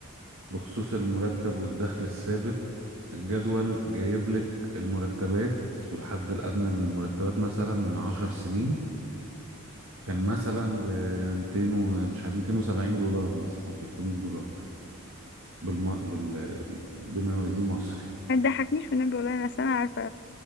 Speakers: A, on the right; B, on the left.
A: بخصوص المرتب والدخل الثابت الجدول جايب لك المرتبات والحد الأدنى للمرتبات مثلا من عشر سنين كان مثلا ب 200 و- مش عارف 270 دولار مثلا أو 300 دولار بالم... بال... بما يوازيه مصري
B: ما تضحكنيش والنبي والله انا سنه عارفه